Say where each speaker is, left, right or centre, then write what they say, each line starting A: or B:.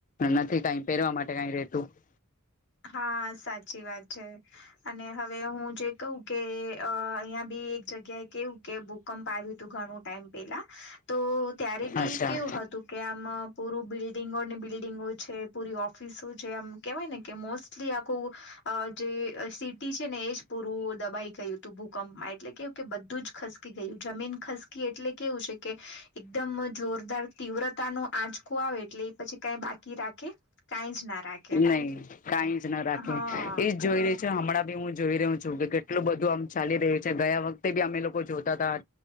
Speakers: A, on the left; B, on the left.
A: નથી, કંઈ પહેરવા માટે કંઈ રેતું નથી.
B: હા, સાચી વાત છે. અને હવે હું જે કવું કે અહિયાં બી એક જગ્યાએ કેવું કે ભૂકંપ આવ્યું હતું, ઘણું ટાઈમ પેલા, તો ત્યારે બી
A: અચ્છા
B: કેવું હતું. કે, આમ પૂર બિલ્ડિંગોને, બિલ્ડિગો છે, પૂરી ઓફિસો છે, આમ કેવાય ને કે મોસ્ટલી આખું અ જે સીટી છે ને એજ પૂરું દબાઈ ગયું હતું ભૂકંપમાં એટલે કેવું કે બધું જ ખસ ગયું જમીન ખસકી એટલે કેવું છે કે એકદમ જોરદાર તીવ્રતા ન આજ આવે એટલે એ પછી ક બાકી રાખે કઈ જ ના રાખે
A: નહી કાઈ જ ના રાખે
B: હા
A: એ જોઈ રહી છે હમણાં બી હું જોઈ રહ્યો છું કે કેટલું બધું આમ ચાલી રહ્યું છે ગયા વખતે બી અમે લોકો જોતા હતા.